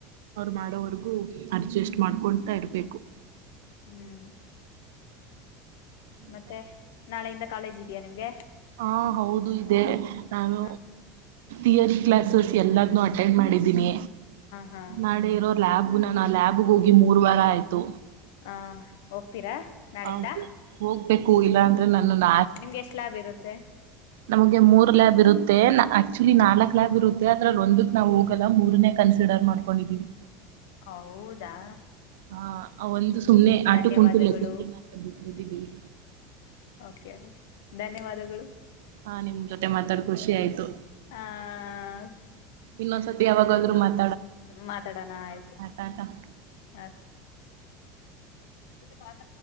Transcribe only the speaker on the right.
ಮಾಡೋವರೆಗು ಅಡ್ಜಸ್ಟ್ ಮಾಡ್ಕೊತಾ ಇರ್ಬೇಕು
ಹಾ ಹೌದು ಇದೆ ನಾನು
ಿಯ ಕ್ಲಾಸಸ್ ಎಲ್ಲಾದ ಅಟೆಂಡ್ ಮಾಡಿದ್ದೀನಿ
ನಾಳೆ ಇರೋ ಲ್ಯಾಬ್ ು ನಾನ ಆಲ್ಾಬ್ಗೆ ಹೋಗಿ ಮೂರ್ ವಾರ ಆಯ್ತು
ಹೌದು ಹೋಗ್ಬೇಕು ಇಲ್ಲಾ ಅಂದ್ರೆ ನನ್ನನ್ನ
ನಮ್ಗೆ ಮೂರ್ ಲ್ಯಾಬ್ ಇರುತ್ತೆ ಆಕ್ಚುಲಿ ನಾಲ್ಕಕ್ ಲ್ಯಾಬ್ ಇರುತ್ತೆ ಅದ್ರಲ್ ಒಂದಕ್ ನಾವ್ ಹೋಗೋಲ್ಲ ಮೂರನೇ ಕ. ಸಿಡಾರ್ ಮಾಡ್ಕೊಂಡಿದ್ದೀವಿ.
ಹಾ ಒಂದು ಸುಮಮ್ಮನೆ ಆಟ
ಕುಣಿಲ್ಲ ಕು ಬಿಟ್ಟ ಬಿಟ್ಟಿದ್ದೀವಿ.
ಹಾ ನಿಮ್ ಜೊತೆ ಮಾತಾಡ್. ಖುಷಿ ಆಯ್ತು
ಇನ್ನೊಂದ್ಸತಿ ಯಾಗಾದ್ರುತ್ತೆ.
ಟಾಟಾ